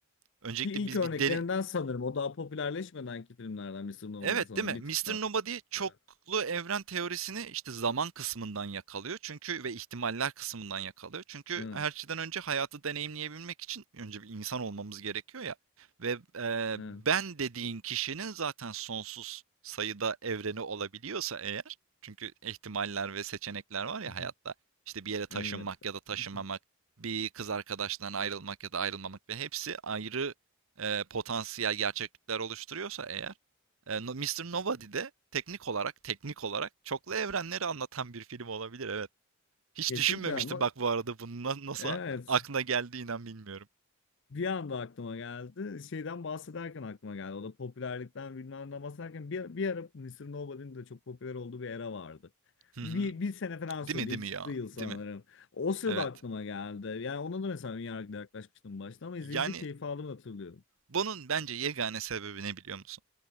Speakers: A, on the right; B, on the left.
A: öncelikle
B: Ki ilk
A: biz
B: örneklerinden
A: bir dene,
B: sanırım. O daha popülerleşmedenki filmlerden Mister Nobody
A: Evet,
B: sanırım.
A: değil mi?
B: Bir
A: Mister
B: tık daha.
A: Nobody çoklu
B: Evet.
A: evren teorisini, işte, zaman kısmından yakalıyor çünkü ve ihtimaller kısmından yakalıyor. Çünkü
B: Evet.
A: her şeyden önce hayatı deneyimleyebilmek için önce bir insan olmamız gerekiyor ya ve, eee,
B: Evet.
A: ben dediğin kişinin zaten sonsuz sayıda evreni olabiliyorsa eğer çünkü ihtimaller ve seçenekler var ya
B: <laughs>
A: hayatta, işte, bir yere taşınmak
B: Elbette.
A: ya da taşınmamak,
B: <laughs>
A: bir kız arkadaştan ayrılmak ya da ayrılmamak ve hepsi ayrı, eee, potansiyel gerçeklikler oluşturuyorsa eğer Eee, No- Mr. Nobody de teknik olarak teknik olarak çoklu evrenleri anlatan bir film olabilir evet. Hiç
B: Kesinlikle
A: düşünmemiştim
B: ama
A: bak bu arada bunun nasıl
B: evet.
A: aklına geldi inan bilmiyorum.
B: Bir anda aklıma geldi. Şeyden bahsederken aklıma geldi. O da popülerlikten bilmem ne bahsederken bir, bir ara Mr. Nobody'nin de çok popüler olduğu bir era vardı.
A: Hı hı.
B: Bir, bir sene falan
A: Değil
B: sürdü.
A: mi değil
B: İlk
A: mi
B: çıktığı
A: ya?
B: yıl sanırım.
A: Değil mi?
B: O sırada
A: Evet.
B: aklıma geldi. Yani ona da mesela önyargıyla yaklaşmıştım başta ama
A: Yani
B: izleyince keyif aldığımı hatırlıyorum.
A: bunun bence yegane sebebi ne biliyor musun?